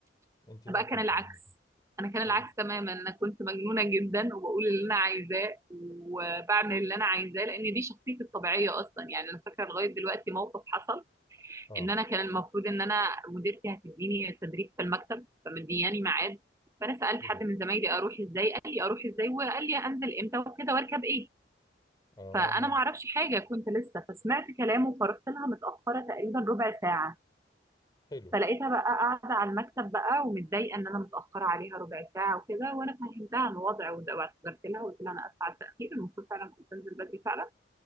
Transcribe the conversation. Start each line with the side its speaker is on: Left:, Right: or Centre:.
Left: أنت ما
Right: انا بقى
Left: كنت
Right: كان العكس
Left: منهم.
Right: انا كان العكس
Left: حلو
Right: تماما انا كنت مجنونه جدا وبقول اللي انا عايزاه وبعمل اللي انا عايزاه لان دي شخصيتي الطبيعيه اصلا يعني انا فاكره لغايه دلوقتي موقف حصل
Left: آه
Right: ان انا كان المفروض ان انا مديرتي هتديني تدريب في المكتب فمدياني ميعاد فانا سالت
Left: حلو
Right: حد من زمايلي اروح ازاي قال لي اروح ازاي وقال لي انزل امتى وكده واركب ايه
Left: آه
Right: فانا ما اعرفش حاجه كنت لسه فسمعت كلامه فرحت لها متاخره تقريبا ربع ساعه
Left: حلو
Right: فلقيتها بقى قاعده على المكتب بقى ومتضايقه ان انا متاخره عليها ربع ساعه وكده وانا فهمتها من الوضع وده- واعتذرت لها وقلت لها انا اسفه على التاخير المفروض فعلا كنت انزل بدري فعلا